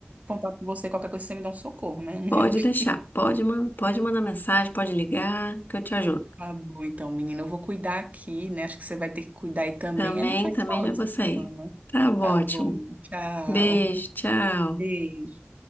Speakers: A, on the right (about 35°); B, on the left (about 45°).
A: contato com você, qualquer coisa você me dá um socorro, né? Um
B: Pode
A: help.
B: deixar.
A: <laughs>
B: Pode, man pode mandar mensagem, pode ligar, que eu te ajudo.
A: Tá bom, então, menina, eu vou cuidar aqui, né? Acho que você vai ter que cuidar aí também.
B: Também,
A: A gente vai se
B: também
A: falando
B: já
A: essa
B: vou
A: semana.
B: sair. Tá ótimo.
A: Tá bom, tchau.
B: Beijo, tchau.
A: Beijo.